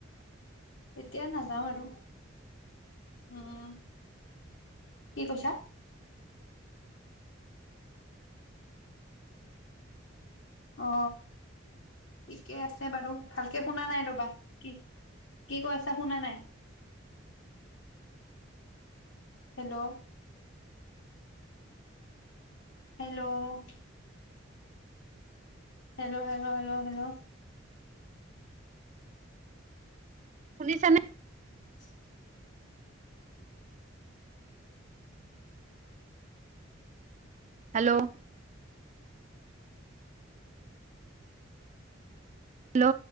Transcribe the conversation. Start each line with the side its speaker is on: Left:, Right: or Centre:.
Left: এতিয়া নাযাওঁ আৰু উম কি কৈছা অ ঠিকে আছে বাৰু ভালকে শুনা নাই ৰবা কি কি কৈছা শুনা নাই hello hello hello hello hello hello
Right: শুনিছানে
Left: উ
Right: হেল্ল' হেল্ল'